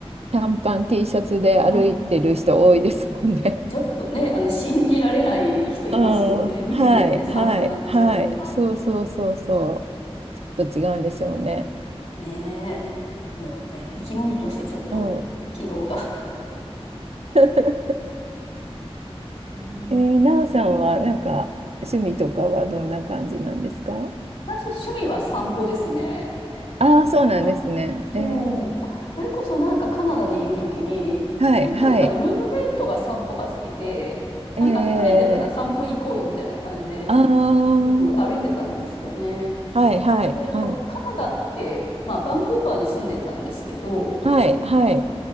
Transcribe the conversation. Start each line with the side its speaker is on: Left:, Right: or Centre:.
Right: 短パン T シャツで歩いてる人多いですもんね。
Left: うんちょっとね、あの、信じられない人いますよね。
Right: <laughs> うん、
Left: 見てるだけで寒くなっちゃうような。
Right: はい、はい、はい。そうそうそうそう。ちょっと違うんでしょうね。
Left: ねえ。もうね、生き物としてちょっと、
Right: うん。
Left: 機能が。
Right: <laughs> <laughs>
Left: うん
Right: えー、なおさんはなんか趣味とかはどんな感じなんですか
Left: 私、趣味は散歩ですね。
Right: ああー、そうなんですね。
Left: あ、そう。
Right: えー、
Left: あ、それこそなんかカナダにいるときに、
Right: はい、
Left: よく、
Right: はい。
Left: なんかルームメイトが散歩が好きで、
Right: えー、
Left: なんか晴れてたら散歩行こうよみたいな感じで、
Right: ああ、
Left: よく歩いてたんですよね。
Right: はい、はい、
Left: で、やっぱカナダって、
Right: はい。
Left: まあ、バンクーバーに住んでたんですけど、
Right: はい、はい。